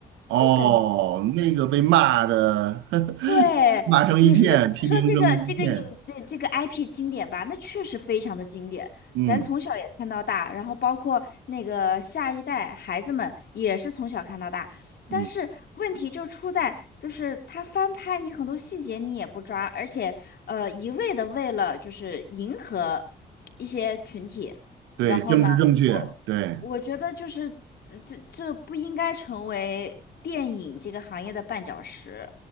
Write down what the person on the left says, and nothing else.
就感觉。
对，
你说你说这个这个影这这个
IP 经典吧，那确实非常的经典，
咱从小也看到大，然后包括那个下一代孩子们也是从小看到大，但是问题就出在就是他翻拍你很多细节你也不抓，
而且呃一味的为了就是迎合一些群体，
然后呢，
我我觉得就是这这这不应该成为电影这个行业的绊脚石，